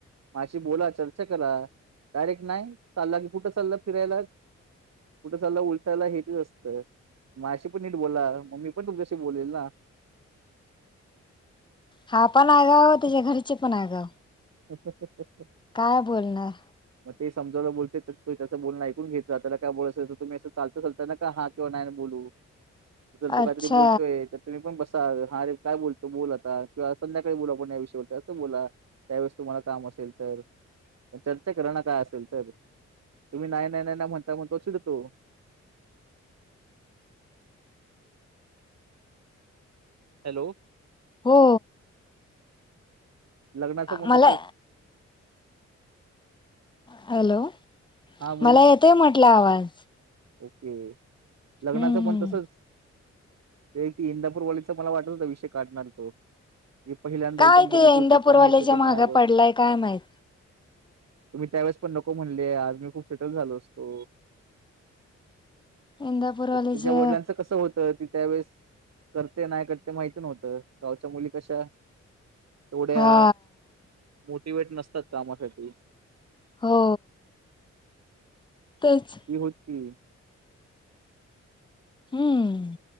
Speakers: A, on the right (about 60°); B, on the left (about 15°).
A: माशी बोला चर्चा करा डायरेक्ट नाही चालला की कुठं चाला फिरायला कुठं चाला उलटायला हेच असतं माशी पण नीट बोला मम्मी पण तुमच्याशी बोलेल ना!
B: हा पण आगाव त्याच्या घरीचे पण आगाव
A: रिकामा ऑडिओ.
B: काय बोलणार
A: मग ते समजवलं बोलते तर त ते त्यां बोलण ऐकून घेत जा त्या काय बोलायच तुम्ही असं चालता चालता नका हा किंवा नाही.. जर तो काहीतरी
B: अच्छा
A: बोलतोय तर तुम्ही पण बस ह रे काय बोलतो बोल आता किंवा संध्याकाळी बोला पण या विषयावर असं बोला. त्यावेेळेस तुम्हाला काम असेल तर चर्चा करा ना काय असेल तर तुम्ही नाही नाही नाही नाही म्हणता म्हणता चिडतो. हॅलो
B: हो
A: लग्नाचं म
B: मला
A: तसच.
B: हॅलो
A: हां, बोल
B: मला
A: ना.
B: येतय म्हटलं आवाज.
A: ओके लग्नाचं
B: हम्म
A: पण
B: हम्म
A: तसच ते त इंदापूर वॉलीचा मला वाटत होता विषय काढणार तो जी पहिल्यांदा
B: काय
A: एकदम बघितली
B: ते
A: होती
B: इंदापूरवाल्याच्या
A: पण हे सगळे
B: मागे
A: नाही ओ
B: पडलाय काय माहित
A: तुम्ही त्यावेेळेस पण नको म्हणले आज मी खूप सेटल झालो असतो.
B: इंदापूरवाल्याच्या
A: त्याच्या वडिलांच कस होत ती त्यावेेळेस करते नाही करते. ते माहित नव्हतं. गावच्या मुली कशा तेवढ्या
B: हा
A: मोटिवेट नसत असतात कामासाठी
B: हो तेच
A: <unintelligible>
B: हम्म